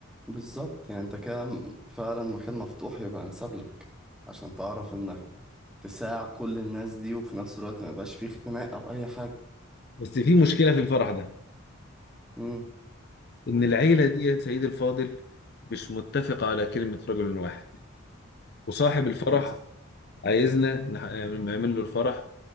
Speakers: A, in the centre; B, on the left (about 50°).
A: بالظبط يعني انت كده م- فعلا مكان مفتوح يبقى انسب لك عشان تعرف انك تساع كل الناس دي وفي نفس الوقت ما يبقاش فيه اختناق او اي حاجة
B: بس في مشكلة في الفرح ده
A: امم
B: إن العيلة دي يا سيد الفاضل مش متفقة على كلمة رجل واحد وصاحب الفرح
A: بس
B: عايزنا نح- نعمل له الفرح